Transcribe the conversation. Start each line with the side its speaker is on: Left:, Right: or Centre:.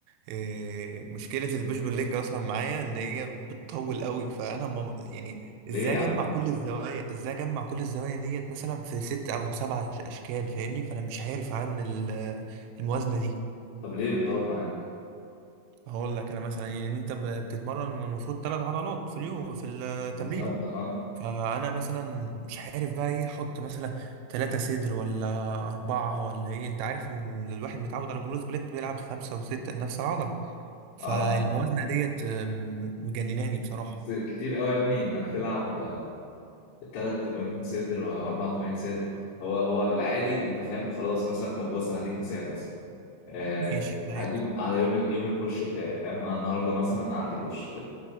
Right: إيه، مشكله البوش بول ليج اصلا معايا ان هي بتطول قوي فانا مم يعني
Left: ليه
Right: ازاي
Left: يا
Right: اجمع
Left: عم
Right: كل الزوايا ازاي اجمع كل الزوايا ديت مثلا في ست او سبع أش- اشكال فاهمني فانا مش عارف اعمل ال- الموازنه دي
Left: طب ليه بتطول معاه
Right: هقول لك انا مثلا يعني انت ب- بتتمرن المفروض ثلاث عضلات في اليوم في التمرين
Left: بالظبط اه
Right: فانا مثلا مش عارف بقى ايه احط مثلا ثلاثة صدر ولا أربعة ولا ايه انت عارف ان الواحد متعود على بروز بليت بيلعب خمسة وستة لنفس العضلة
Left: اه
Right: فالموازنة ديت أم، مجنناني بصراحة
Left: بس كتير قوي يا ابني انك تلعب ثلاث تمارين صدر واربع تمارين صدر هو هو العادي انت فاهم خلاص مثلا طب بص انا هديك مثال مثلا آه
Right: ماشي معاك
Left: هديك على يوم ال- يوم البوش بتاعي فاهم انا النهارده مثلا عندي بوش